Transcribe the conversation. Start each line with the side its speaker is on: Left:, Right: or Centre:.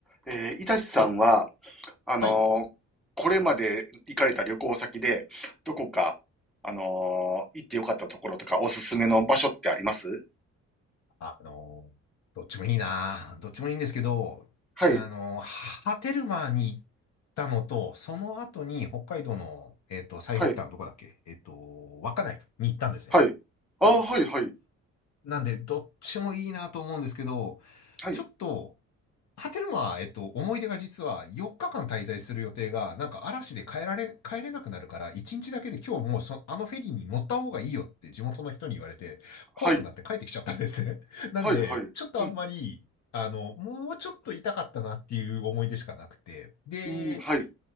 Centre: えー、いたしさんは、あのーこれまで行かれた旅行先で、
Left: はい。
Centre: どこか、あのー行ってよかったところとか、おすすめの場所ってあります
Left: あのーどっちもいいな。どっちもいいんですけど、
Centre: はい、
Left: あのー波照間に行ったのと、その後に北海道の、えっと、最北端どこだっけえっと、
Centre: はい、
Left: 稚内に行ったんですね。
Centre: はい。ああ、はい、はい、
Left: なんで、どっちもいいなと思うんですけど、
Centre: はい、
Left: ちょっと、ハテルマは、えっと、思い出が実は4日間滞在する予定が、なんか嵐で帰られ、帰れなくなるから、1日だけで今日もうそ、あのフェリーに乗った方がいいよって地元の人に言われて、
Centre: はい、
Left: 怖くなって帰ってきちゃったんですね。<laughs> なんで、
Centre: はい、はい。
Left: ちょっとあんまり、
Centre: うん、
Left: あの、もうちょっと痛かったなっていう思い出しかなくて。で、
Centre: うん、はい、